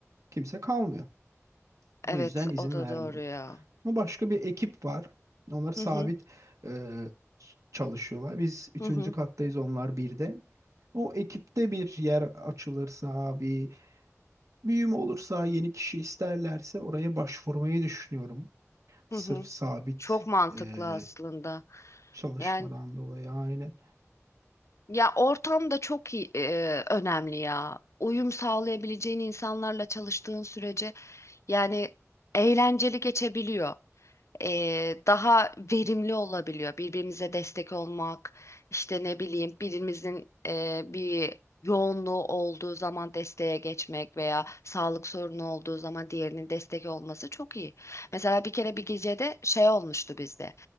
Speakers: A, on the right; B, on the left.
A: Kimse kalmıyor.
B: Evet,
A: O yüzden izin
B: o da
A: vermiyorlar.
B: doğru ya.
A: Ama başka bir ekip var. Onlar sabit
B: Hı hı,
A: e, çalışıyorlar. Biz üçüncü
B: hı hı,
A: kattayız onlar birde. O ekipte bir yer açılırsa bir Büyüm olursa yeni kişi isterlerse oraya başvurmayı düşünüyorum. Sırf
B: hı hı.
A: sabit
B: Çok mantıklı
A: eee,
B: aslında.
A: çalışmadan
B: Yani
A: dolayı aynen.
B: ya ortam da çok iyi, e, önemli ya. Uyum sağlayabileceğin insanlarla çalıştığın sürece yani eğlenceli geçebiliyor. e, daha verimli olabiliyor. Birbirimize destek olmak, işte ne bileyim birimizin e, bir yoğunluğu olduğu zaman desteğe geçmek veya sağlık sorunu olduğu zaman diğerinin destek olması çok iyi. Mesela bir kere bir gecede şey olmuştu bizde.